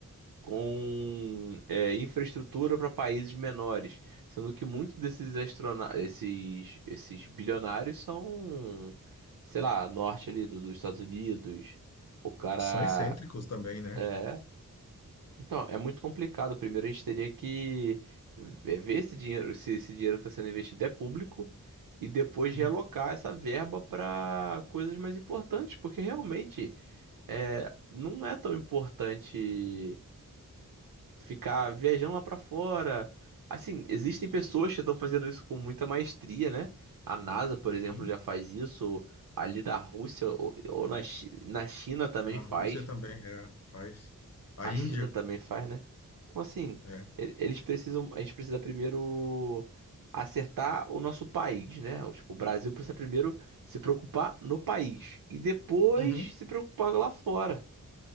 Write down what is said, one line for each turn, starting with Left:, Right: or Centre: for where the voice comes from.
Right: com eh, infraestrutura para países menores, sendo que muitos desses astrona esses esses bilionários são, sei lá, norte ali do- dos Estados Unidos. O cara
Left: São excêntricos também, né?
Right: eh, Então, é muito complicado. Primeiro, a gente teria que ve- ver esse dinheiro, se esse dinheiro que está sendo investido é público, e depois
Left: Uhum.
Right: realocar essa verba para coisas mais importantes, porque realmente é, não é tão importante ficar viajando lá para fora. Assim, existem
Left: Isso.
Right: pessoas que estão fazendo isso com muita maestria, né? A NASA, por
Left: Sim.
Right: exemplo, já faz isso, ali da Rússia ou, ou na, Chi- na China também
Left: Na
Right: faz.
Left: Rússia também, é, faz. A
Right: A
Left: Índia,
Right: China também faz, né? Então, assim,
Left: é.
Right: e- eles precisam. A gente precisa primeiro acertar o nosso país, né? O, tipo, o Brasil precisa primeiro se preocupar no país e depois
Left: Uhum.
Right: se preocupar lá fora.